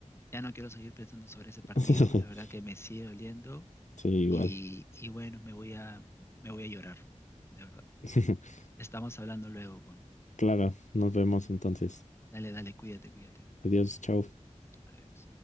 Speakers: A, on the left; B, on the left.
A: Ya no quiero seguir pensando sobre ese partido,
B: <laughs>
A: la verdad que me sigue doliendo
B: Sí, igual.
A: y, y bueno, me voy a, me voy a llorar, de verdad.
B: <laughs>
A: Estamos hablando luego, pues.
B: Clara, nos vemos entonces.
A: Dale, dale, cuídate, cuídate.
B: Adiós, chao.
A: Adiós.